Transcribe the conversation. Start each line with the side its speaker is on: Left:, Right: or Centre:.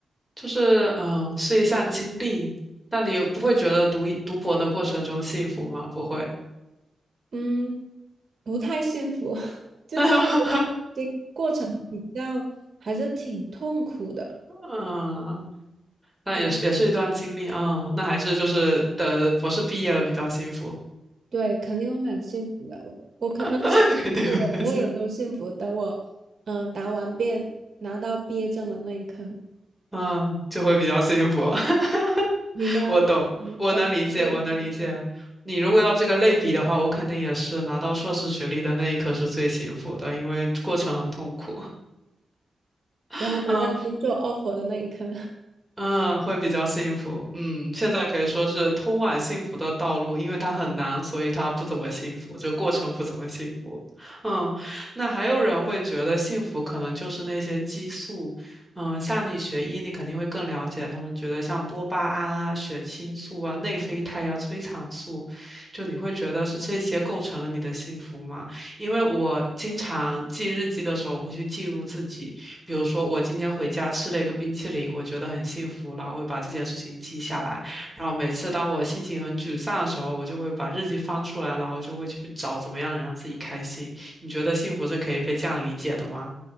Centre: 就是嗯是一项经历，但你不会觉得读读博的过程中幸福吗？不会。
Right: 嗯，不太幸福，<laughs> 就
Centre: <laughs>
Right: 这过程比较还是挺痛苦的，
Centre: 嗯那也是也是一段经历啊，
Right: 就
Centre: 那还是就是等博士毕业了比较幸福，
Right: 对，肯定会很幸福的。我我可能想象我我有多幸福，
Centre: <laughs> 肯定会很幸
Right: 等我嗯、呃答完辩拿到毕业证的那一刻，
Centre: 福啊，就会比较幸福。<laughs>
Right: 你呢？
Centre: 我懂，
Right: 你的毕业的那一刻，
Centre: 我能理解，我能理解。你如果要这个类比的话，我肯定也是拿到硕士学历的那一刻是最幸福的，因为过程很痛苦。<laughs>
Right: 然后拿到工作
Centre: 嗯。
Right: offer 的那一刻。
Centre: 嗯，会比较幸福。嗯，现在可以说是通往幸福的道路，因为它很难，所以它不怎么幸福，就过程不怎么幸福。嗯，那还有人会觉得幸福可能就是那些激素。嗯，像你学医，你肯定会更了解。他们觉得像多巴胺啊、血清素啊、内啡肽啊、催产素，就你会觉得是这些构成了你的幸福吗？因为我经常记日记的时候会去记录自己。比如说，我今天回家吃了一个冰淇淋，我觉得很幸福，然后会把这件事情记下来。然后每次当我心情很沮丧的时候，我就会把日记翻出来，然后就会去找怎么样能让自己开心。你觉得幸福是可以被这样理解的吗？